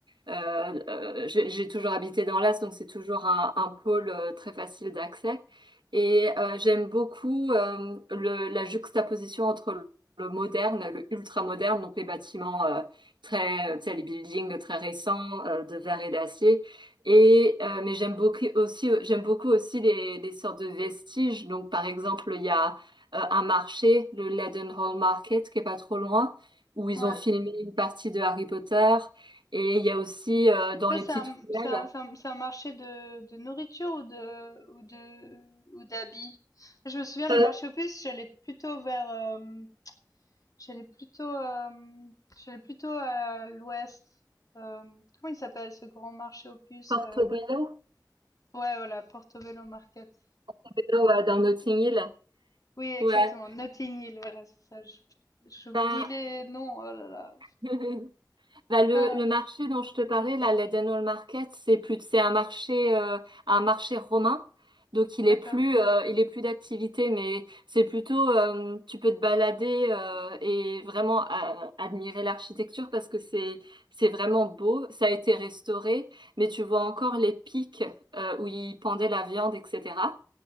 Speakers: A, on the right; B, on the left.
A: euh, euh, j'ai j'ai toujours habité dans l'Est, donc c'est toujours un, un pôle euh, très facile d'accès. Et euh, j'aime beaucoup euh, le- la juxtaposition entre le, le moderne, le ultra-moderne, donc les bâtiments euh, très, tu sais, les buildings très récents euh, de verre et d'acier. Et euh, mais j'aime beaucoup aussi, j'aime beaucoup aussi les, les sortes de vestiges. Donc par exemple, il y a euh, un marché, le Leadenhall Market, qui est pas trop loin, où ils
B: ouais.
A: ont filmé une partie de Harry Potter. Et il y a aussi euh, dans
B: Ça,
A: les
B: c'est
A: petites
B: un
A: ruelles,
B: c'est un c'est un c'est un marché de de nourriture ou de ou de ou d'habits? Je me souviens, les
A: euh,
B: marchés aux puces, j'allais plutôt vers, hem, J'allais plutôt, hem, j'allais plutôt à l'ouest. Hem, comment il s'appelle ce grand marché aux puces,
A: Portobello,
B: hem? Ouais, voilà, Portobello Market.
A: Portobello, euh, dans Notting Hill.
B: Oui, exactement,
A: Ouais,
B: Notting Hill, voilà, c'est ça. J'oub j'oublie
A: bah,
B: les noms, oh là là.
A: <laughs> bah, le,
B: Ah,
A: le marché dont je te parlais, là, l'Eden Hall Market, c'est plus, c'est un marché, euh, un marché romain. Donc il
B: d'accord,
A: est plus, euh, il est plus d'activité, mais c'est plutôt, euh, tu peux te balader euh, et vraiment a- admirer l'architecture parce que c'est, c'est vraiment beau. Ça a été restauré, mais tu vois encore les pics euh, où ils pendaient la viande, etc.